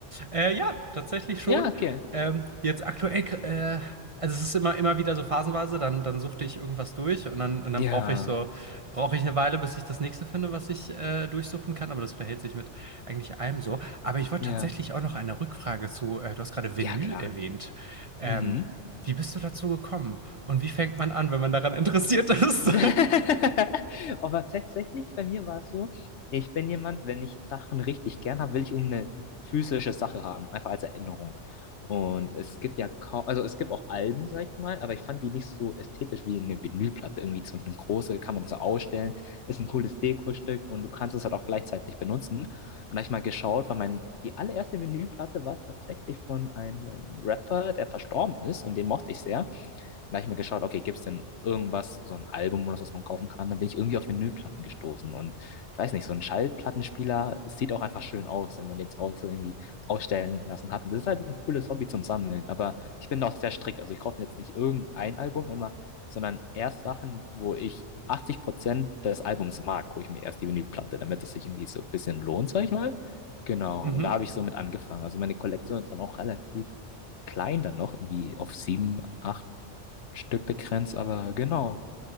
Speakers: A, on the right (about 35°); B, on the left (about 70°).
A: Äh, ja, tatsächlich schon.
B: Ja, okay.
A: Ähm, jetzt aktuell, äh, also es ist immer, immer wieder so phasenweise, dann, dann suchte ich irgendwas durch und dann, und dann
B: Ja,
A: brauche ich so, brauche ich eine Weile, bis ich das nächste finde, was ich äh, durchsuchen kann, aber das verhält sich mit eigentlich allem so. Aber ich wollte
B: ja,
A: tatsächlich auch noch eine Rückfrage zu, äh, du hast gerade Vinyl
B: ja, klar.
A: erwähnt. Ähm,
B: Mhm.
A: wie bist du dazu gekommen? Und wie fängt man an, wenn man daran interessiert ist?
B: <laughs> Aber tatsächlich, bei mir war es so, ich bin jemand, wenn ich Sachen richtig gern habe, will ich irgendeine physische Sache haben, einfach als Erinnerung. Und es gibt ja kaum, also es gibt auch Alben, sag ich mal, aber ich fand die nicht so ästhetisch wie eine Vinylplatte. Irgendwie so eine große, kann man so ausstellen, ist ein cooles Dekostück und du kannst es halt auch gleichzeitig benutzen. Und da habe ich mal geschaut, weil mein, die allererste Vinylplatte war tatsächlich von einem Rapper, der verstorben ist und den mochte ich sehr. Und da habe ich mir geschaut, okay, gibt es denn irgendwas, so ein Album oder so, was man kaufen kann? Dann bin ich irgendwie auf Vinylplatten gestoßen. Und ich weiß nicht, so ein Schallplattenspieler sieht auch einfach schön aus, wenn man den zu Hause irgendwie ausstellen lassen hat. Und das ist halt ein cooles Hobby zum Sammeln. Aber ich bin da auch sehr strikt. Also ich kaufe jetzt nicht irgendein Album immer, sondern erst Sachen, wo ich 80% des Albums mag, hole ich mir erst die Vinylplatte, damit es sich irgendwie so ein bisschen lohnt, sag ich mal. Genau,
A: <laughs> Mhm.
B: und da habe ich so mit angefangen. Also meine Kollektion ist dann auch relativ klein dann noch, irgendwie auf sieben, acht Stück begrenzt, aber genau.